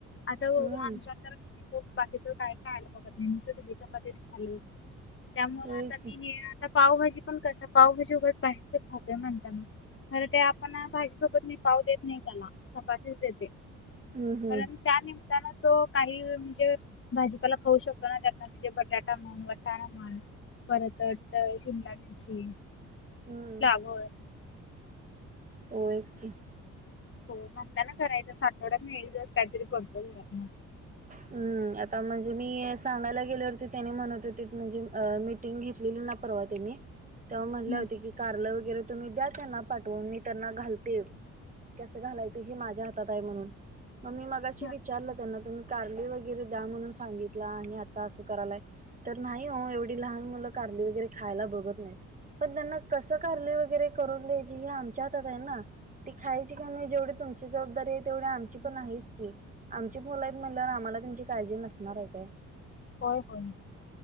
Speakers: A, on the left; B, on the right.
A: आता
B: हम्म
A: हो आमच्या तर बाकीचं काय खायला बघत नाही नुसतं दुधी चपातीच खायला बघतोय. त्यामुळे
B: होयच
A: आता
B: की
A: मी हे आता पावभाजी पण कस पावभाजी वगैरे बाहेरचं खातोय म्हणताना. खर ते आपण भाजी सोबत मी पाव देत नाही त्याला चपातीच देते
B: हम्म हम्म
A: कारण त्या निमंतान तो काही म्हणजे भाजीपाला खाऊ शकतो ना त्यातन म्हणजे बटाटा म्हण वटाणा म्हण. परत टत शिमला मिर्ची फ्लावर
B: हम्म होयच कि.
A: हो म्हणताना करायच्याच आठवड्यात मी एक दिवस काहीतरी करतो घरात मग.
B: हम्म आता म्हणजे मी सांगायला गेल्यावरती त्याने म्हणत होतित म्हणजे मी टिंग घेतलेली ना परवा त्यांनी तेव्हा म्हणल्या
A: हम्म.
B: होत्या कि कारलं वगैरे तुम्ही द्या त्यांना पाठवून मी त्यांना घालते कस घालायचं हे माझ्या हात तात आहे म्हणुन म मी मगाशी
A: हा.
B: विचारलं त्यांना तुम्ही कारली वगैरे द्या म्हणून सांगितला आणि आता असं करायलाय. तर नाही हो एवढी लहान मुलं कारली वगैरे खायला बघत नाहीत. पण त्यांना कसं कारली वगैरे करून द्यायची हे आमच्या हातात आहे ना. ती खायची का नाही जेवढी तुमची जबाबदारी आहे तेवढी आमची पण आहेच की आमची पो म्हणल्यावर आम्हाला त्यांची काळजी नसणारय काय?
A: होय होय.